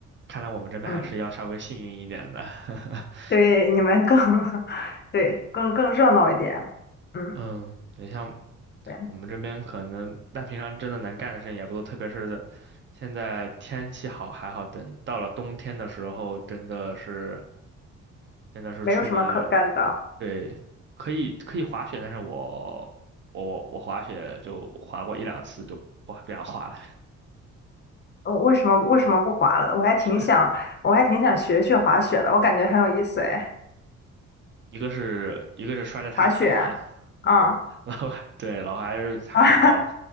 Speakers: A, on the right; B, on the left.
A: 看来我们这边还是要稍微幸运一点的。
B: 嗯。
A: <laughs>
B: 对，你们更 <laughs>，对，更更热闹一点。嗯，
A: 嗯，你像
B: 对，
A: 我们这边可能，但平常真的能干的事情也不多，特别是现在天气好还好，等到了冬天的时候，真的是真的是出门
B: 没有什么可干的。
A: 对，可以可以滑雪，但是我我我我滑雪就滑过一两次就不不想滑了，
B: 呃为什么为什么不滑了呢？我还挺想，
A: <laughs> 是
B: 我还挺想学学滑雪的，我感觉很有意思哎，
A: 一个是一个是摔得太狠了，
B: 滑雪。嗯
A: <laughs> 然后对，然后还是还要搞，
B: 啊，